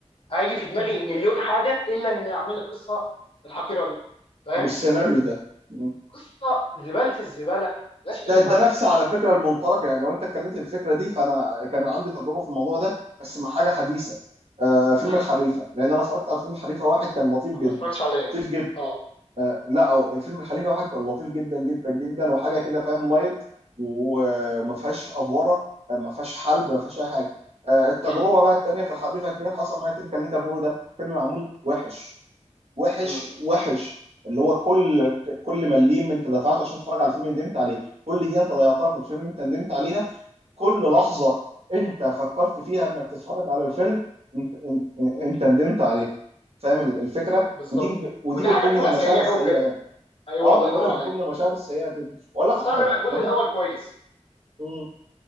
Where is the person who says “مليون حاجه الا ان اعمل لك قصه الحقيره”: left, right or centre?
Left